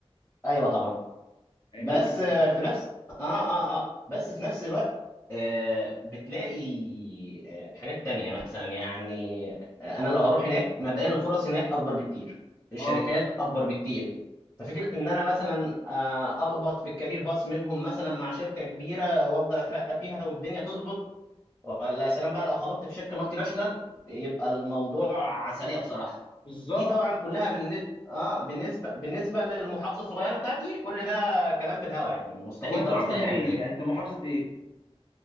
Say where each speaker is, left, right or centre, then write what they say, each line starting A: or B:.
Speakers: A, on the left; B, on the left.
A: ايوه طبعا
B: فاهمني
A: بس
B: يعني
A: آه، في نفس اه اه اه بس في نفس الوقت آه، بتلاقي آه، حاجات تانية مثلا يعني آه، انا لو هروح هناك مبدئيا الفرص هناك اكبر بكتير الشركات
B: اه
A: اكبر بكتير ففكرة ان انا مثلا آه، اخبط في الكارير باص منهم مثلا مع شركة كبيرة وافضل اترقى فيها والدنيا تظبط ولا يا سلام بقى لو خبطت في شركه مالتي ناشونال يبقى الموضوع عسليه بصراحه
B: بالظبط
A: دي طبعا كلها بالن... اه بالنسبه بالنسبه للمحافظه الصغيره بتاعتي كل ده كلام في الهوا يعني مستحيل
B: هو انت
A: طبعا
B: اصلا
A: تلاقي
B: منين
A: حاجه زي
B: يعني
A: كده
B: انت محافظه ايه